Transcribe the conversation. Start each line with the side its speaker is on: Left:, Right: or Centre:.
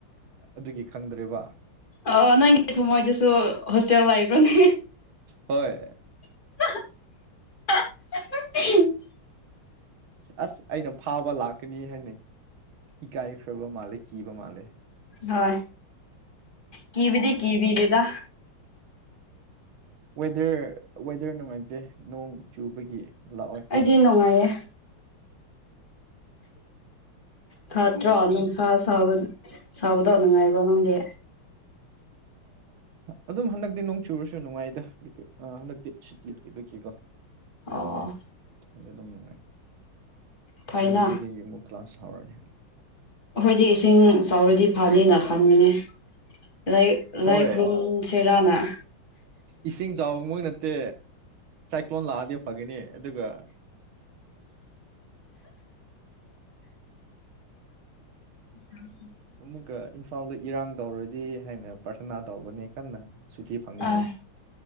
Right: ꯑꯗꯨꯒꯤ ꯈꯪꯗ꯭ꯔꯦꯕ
Left: ꯑ ꯅꯪꯒꯤ ꯊꯃꯣꯏꯗꯁꯨ ꯍꯣꯁꯇꯦꯜ ꯂꯩꯕ꯭ꯔꯅꯦ
Right: ꯍꯣꯏ
Left: <unintelligible>
Right: ꯑꯁ ꯑꯩꯅ ꯐꯥꯕ ꯂꯥꯛꯀꯅꯤ ꯍꯥꯏꯅꯩ ꯏꯀꯥꯏꯈ꯭ꯔꯕ ꯃꯥꯜꯂꯦ ꯀꯤꯕ ꯃꯥꯜꯂꯦ
Left: ꯍꯣꯏ ꯀꯕꯤꯗꯤ ꯀꯕꯤꯗꯦꯗ
Right: ꯋꯦꯗꯔ ꯋꯦꯗꯔ ꯅꯨꯡꯉꯥꯏꯇꯦ ꯅꯣꯡ ꯆꯨꯕꯒꯤ ꯂꯥꯛꯑꯣꯏ
Left: ꯍꯥꯏꯗꯤ ꯅꯨꯡꯉꯥꯏꯌꯦ ꯊ ꯊꯅꯅꯨꯡꯁꯥ ꯁꯕ ꯁꯕꯗꯅꯅꯨꯡꯉꯥꯏꯕꯅꯥꯗꯦ
Right: ꯑꯗꯨꯝ ꯍꯟꯗꯛꯇꯤ ꯅꯣꯡ ꯆꯨꯔꯨꯁꯨ ꯅꯨꯡꯉꯥꯏꯗ ꯍꯟꯗꯛꯇꯤ ꯁꯇꯤ ꯂꯩꯕ ꯀꯦꯒꯣ
Left: ꯑꯣ
Right: ꯑꯗꯨꯖ ꯑꯗꯨꯝ ꯅꯨꯡꯉꯥꯏ
Left: ꯊꯥꯏꯅꯥ
Right: ꯃꯟꯗꯦꯗꯒꯤ ꯑꯃꯨꯛ ꯀ꯭ꯂꯥꯁ ꯍꯧꯔꯅꯤ
Left: ꯑꯩꯈꯣꯏꯗꯤ ꯏꯁꯤꯡ ꯆꯥꯎꯔꯗꯤ ꯐꯅꯤꯅ ꯈꯟꯒꯅꯤ ꯂꯥꯏ
Right: ꯍꯣꯏ
Left: ꯂꯥꯏꯈꯂꯣꯁꯦ ꯔꯅꯥ
Right: ꯏꯁꯤꯡ ꯆꯥꯎꯕ ꯃ ꯅꯠꯇꯦ ꯂꯣꯟ ꯂꯥꯛꯑꯗꯤ ꯐꯒꯅꯤ ꯑꯗꯨꯒ
Left: ꯎꯝ <unintelligible>
Right: ꯑꯃꯨꯛꯀ ꯏꯝꯐꯥꯜꯗ ꯏꯔꯥꯡ ꯇꯧꯔꯗꯤ ꯍꯥꯏꯅ ꯄ꯭ꯔꯊꯅꯥ ꯇꯧꯕꯅꯦ ꯀꯟꯅ ꯁꯨꯇꯤ ꯐꯪꯅꯤꯡꯉꯩ
Left: ꯑꯥ